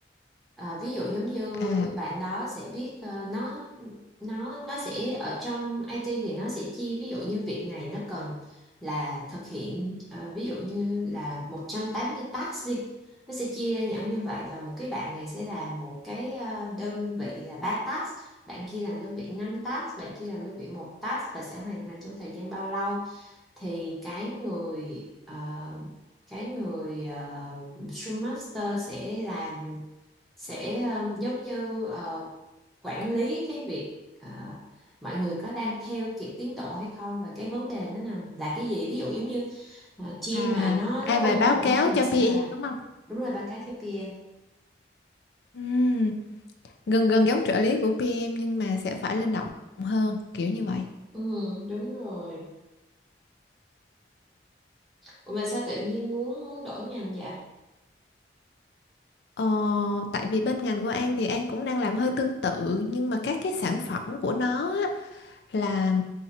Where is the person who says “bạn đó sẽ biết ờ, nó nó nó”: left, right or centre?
Centre